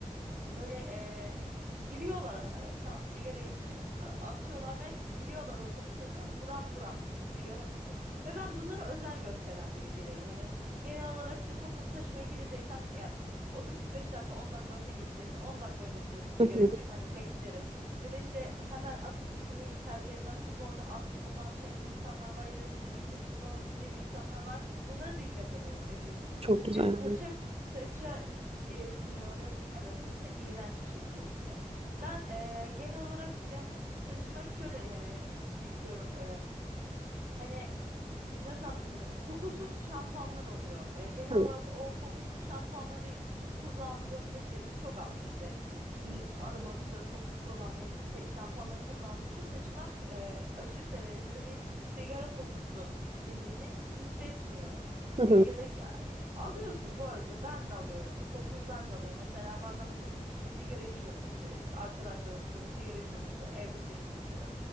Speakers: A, on the right (about 75°); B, on the right (about 45°).
A: Böyle eee, giriyorlar eee, tamam sigarayı içip e, atıyorlar ve giriyorlar o toplu taşıma buram buram sigara kokuyor. Ve ben bunlara özen gösteren bir bireyim. Hani genel olarak işte toplu taşımaya gireceksem ya otobüs 5 dakika 10 dakika önce gelecekse 10 dakika öncesinde bir sigara
B: Hı hı,
A: içip hani beklerim. Ya da işte hemen atıp girmeyi tercih etmem. Çünkü orada astımı olan şey insanlar var ya da işte midesi bulanabilecek insanlar var. Bunlara dikkat ede- ediyorsun
B: Çok güzel.
A: ve saça saça e, siniyor dedim. Evet saça iğrenç bir şekilde siniyor. Ben e, genel olarak işte saçımı şöyle yani yıkıyorum. E, hani nasıl anlatabilirim? Kokusuz şampuanlar oluyor. E, genel
B: Hı
A: olarak o kokusuz şampuanları kullandığımda işte çok az işte m, aroması, kokusu olan e, şey, şampuanları kullandığımda saçıma e, aşırı derecede bir sigara kokusu sindiğini hissetmiyorum.
B: hı.
A: E, ya da ya- alıyorsun bu arada ben de alıyorum. Kokuyu ben de alıyorum. Mesela bazen böyle üst üste sigara içiyorum işte. Arkadaşlar oturuyorum sigara içiyorum işte evde sigara içiyorum.